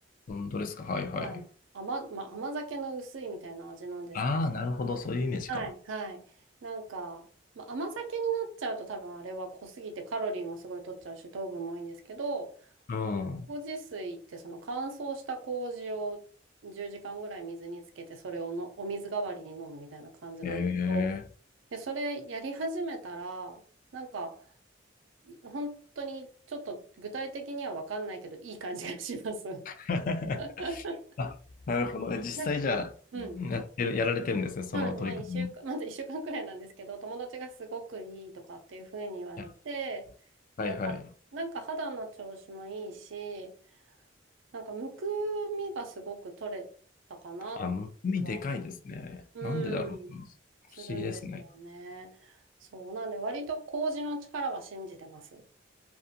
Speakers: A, on the left (about 45°); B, on the right (about 90°).
A: 本当ですか。はいはい。
B: はい。甘、まあ、甘酒の薄いみたいな味なんですけど
A: ああ、なるほど。そういうイメージか。
B: はいはい。なんか、まあ、甘酒になっちゃうと多分あれは濃すぎてカロリーもすごい取っちゃうし糖分も多いんですけど、
A: うん。
B: 麹水ってその乾燥した麹を10時間ぐらい水につけてそれをのお水代わりに飲むみたいな感じなんですけど、
A: へえ。
B: で、それやり始めたら、なんかい本当にちょっと具体的には分かんないけどいい感じがします。
A: <laughs>
B: <laughs>
A: あ、なるほど。え実際じゃあ、
B: なんうん。
A: やってる、やられてるんですね。その取り組みも。
B: そうなんです。もう一週間、
A: い
B: <laughs> まだ一週間くらいなんですけど、友達がすごくいいとかっていうふうに言われて、
A: やはいはい。
B: やった。なんか肌の調子もいいし、なんかむくみがすごく取れたかなって気が、
A: あ、むくみでかいですね。
B: うん、
A: なんでだろう。不
B: するんですよね。
A: 思議ですね。
B: そう。なんで割と麹の力は信じてます。